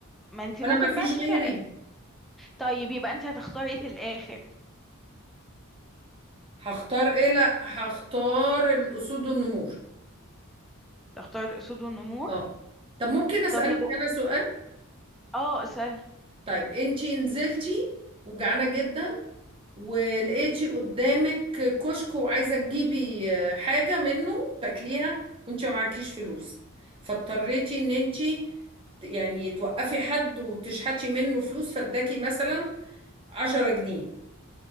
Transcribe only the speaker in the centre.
ما انت ممكن
بقى تشوفي
طيب يبقى انت هتختاري ايه في الاخر
تختاري الاسود والنمور
طب لو
اه اسألي